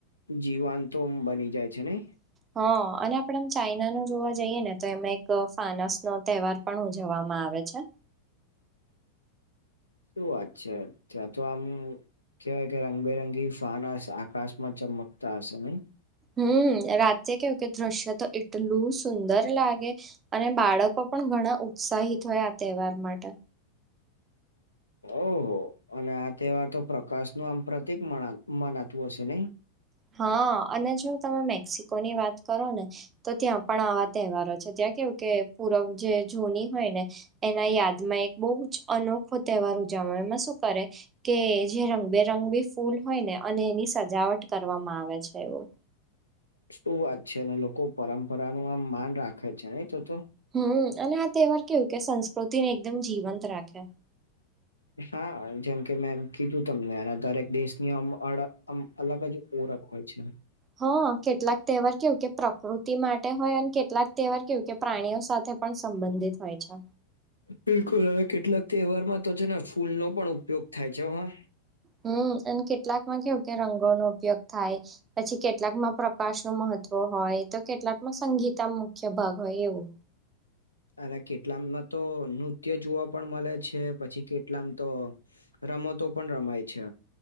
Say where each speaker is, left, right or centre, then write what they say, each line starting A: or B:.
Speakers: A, on the left; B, on the right.
A: જીવાંત તો બની જાય છે ને?
B: હા અને આપણે ચાઈના નું જોવા જઈએ ને તો એમાં એક ફાનસ નો તહેવાર, પણ ઉજવવામાં આવે છે.
A: શું વાત છે, ત્યાં તો આમ કવાય કે રંગબેરંગી ફાન આકાશ માં ચમકતા હશે નહી,?
B: હમ રાતે કેવું કે દ્રશ્ય તો એટલું સુંદર લાગે અને બાળકો પણ ઘણા ઉત્સાહિત હોય આ તહેવાર માટે
A: ઓહ અને આ તહેવાર તો પ્રકાશ નું આમ પ્રતિક મનાતું હશે નહી.?
B: હા અને જો તમે મેક્સિકો ની વાત કરો ને,? તો ત્યાં પણ આવા તહેવારો છે. ત્યાં કેવું કે પૂરવ જે જૂની હોય ને એના યાદમાં એક બહુ જ અનોખો તહેવાર ઉજવણી એમાં શું કરે કે જે રંગબેરંગ બી ફૂલ હોય ને અને એની સજાવટ કરવામાં આવે છે એમ.
A: શું વાત છે,? અનેને લોકો પરંપરા નું આમ માન રાખે છે નહી તો તો
B: હમ અને આ તહેવાર કેવું કે સંસ્કૃતિ ને એકદમ જીવંત રાખે.
A: હા જેમકે મેં એમ કીધું તમને દરેક દેશની, અમ અમાડા આમ અલગ જ ઓરખ હોય છે.
B: હ કેટલાક તહેવાર કેવું કે પ્રકૃતિ માટે હોય, અને કેટલાક તહેવાર કેવું કે પ્રાણીઓ સાથે પણ સંબંધિત હોય છે.
A: બિલકુલ હ કેટલાક તહેવારમાં તો છે, ને ફૂલનો પણ ઉપયોગ થાય છે હ
B: હમ્મ અને કેટલાક માં કેવું કે રંગો નો ઉપયોગ થાય પછી કેટલાકમાં પ્રકાશ નું મહત્વ હોય, તો કેટલાકમાં સંગીતામાં મુખ્ય ભાગ હોય એવું,
A: અને કેટલામમાં તો નૃત્ય જોવા પણ મળે છે. પછી કેટલામ તો રમતો પણ રમાય છે.